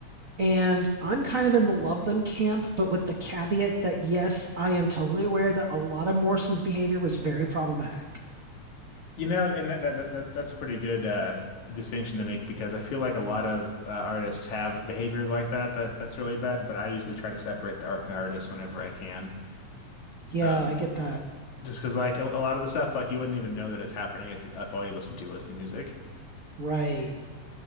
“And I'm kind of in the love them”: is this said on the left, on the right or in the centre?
Right